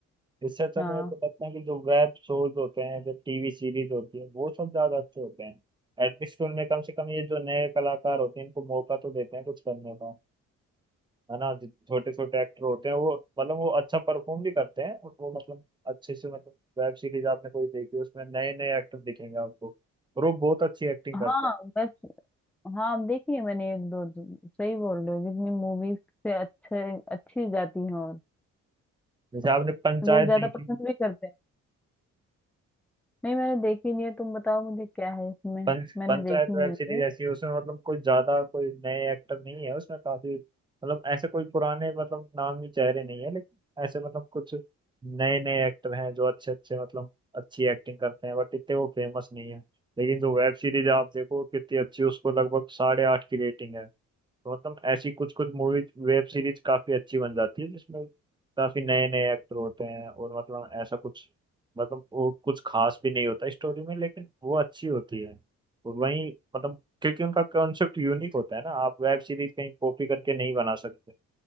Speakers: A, on the right; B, in the centre.
A: इससे अच्छा
B: हाँ
A: तो मेरे को लगता है कि जो वेब शोज होते हैं जो टीवी सीरीज होती है वो सब ज्यादा अच्छे होते हैं एटलीस्ट उनमें कम से कम ये जो नए कलाकार होते हैं इनको मौका तो देते हैं कुछ करने का है ना जो छोटे छोटे एक्टर होते हैं वो मतलब वो अच्छा परफॉर्म भी करते हैं और वो मतलब अच्छे से मतलब वेब सीरीज आपने कोई देखी उसमें नए नए एक्टर दिखेंगे आपको और वो बहुत अच्छी एक्टिंग
B: हाँ
A: करते हैं
B: मैं हाँ आप देखिए मैंने एक दो दो- सही बोल रहे हो जितनी मूवीज से अच्छे अच्छी जाती हैं और
A: जैसे आपने पंचायत
B: लोग ज्यादा
A: देखी
B: पसंद भी करते हैं नहीं मैंने देखी नहीं है तुम बताओ मुझे क्या है इसमें
A: पंच
B: मैंने
A: पंचायत
B: देखी नहीं
A: वेब सीरीज
B: है
A: ऐसी है उसमें मतलब कोई ज्यादा कोई नए एक्टर नहीं है उसमें काफी मतलब ऐसे कोई पुराने मतलब नामी चेहरे नहीं है लेकिन ऐसे मतलब कुछ नए नए एक्टर हैं जो अच्छे अच्छे मतलब अच्छी एक्टिंग करते हैं बट इतने वो फेमस नहीं है लेकिन जो वेब सीरीज आप देखो कितनी अच्छी उसको लगभग साढ़े आठ की रेटिंग है तो मतलब ऐसी कुछ कुछ मूवी वेब सीरीज काफी अच्छी बन जाती है जिसमें काफी नए नए एक्टर होते हैं और मतलब ऐसा कुछ मतलब वो कुछ खास भी नहीं होता स्टोरी में लेकिन वो अच्छी होती है और वही मतलब क्योंकि उनका कॉन्सेप्ट यूनिक होता है ना आप वेब सीरीज कहीं कॉपी करके नहीं बना सकते